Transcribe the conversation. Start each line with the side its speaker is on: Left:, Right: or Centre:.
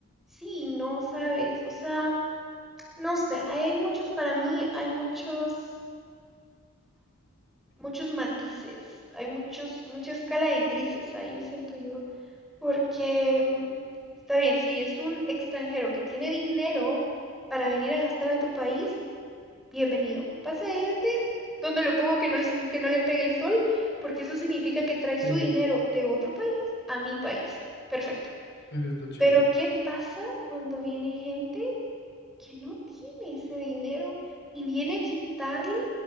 Centre: sí, no sabes, o sea, no sé, ahí hay muchos, para mí hay muchos muchos matices, hay muchos, mucha escala de grises ahí, siento yo, porque mm, está bien, si es un extranjero que tiene dinero para venir a gastar a tu país, bienvenido. Pase adelante, donde lo pongo que no, les- que no le pegue el sol, porque eso significa que trae su
Left: Sí,
Centre: dinero de otro país a mi país. Perfecto.
Left: eso está chido.
Centre: Pero ¿qué pasa cuando viene gente que no tiene ese dinero y viene a quitarle